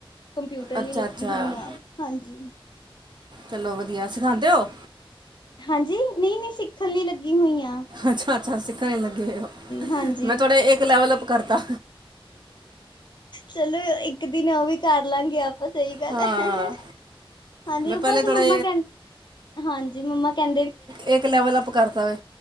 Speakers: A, on the left; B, on the right.
A: ਕੰਪਿਊਟਰ ਲਈ
B: ਅੱਛਾ
A: ਲੱਗੀ
B: ਅੱਛਾ
A: ਹੋਈਆਂ ਹਾਂਜੀ।
B: ਚਲੋ ਵਧੀਆ ਸਿਖਾਂਦੇ ਓ
A: ਹਾਂਜੀ ਨਹੀਂ -ਨਹੀਂ ਸਿੱਖਣ ਲਈ ਲੱਗੀ ਹੋਈਆਂ।
B: ਅੱਛਾ -ਅੱਛਾ ਸਿੱਖਣ ਲਈ ਲੱਗੇ ਹੋਏ ਓ
A: ਹਾਂਜੀ
B: ਮੈਂ ਤੂਆਡਾ ਏੱਕ ਲੈਵਲ ਅੱਪ ਕਰਤਾ।
A: ਚਲੋ ਇੱਕ ਦਿਨ ਓ ਵੀ ਕਾਰ ਲਾਂਗੇ ਅੱਪ ਸਈ ਗੱਲ
B: ਹਾਂ
A: ਏ। ਹਾਂਜੀ,
B: ਮੈਂ
A: ਓ
B: ਪਹਿਲੇ
A: ਬਸ
B: ਥੋੜ੍ਹਾ
A: ਮੰਮਾ ਕੈਂਨ, ਹਾਂਜੀ ਮੰਮਾ ਕੈੰਦੇ
B: ਏਕ ਲੈਵਲ ਅੱਪ ਕਰਤਾ ਵੇ।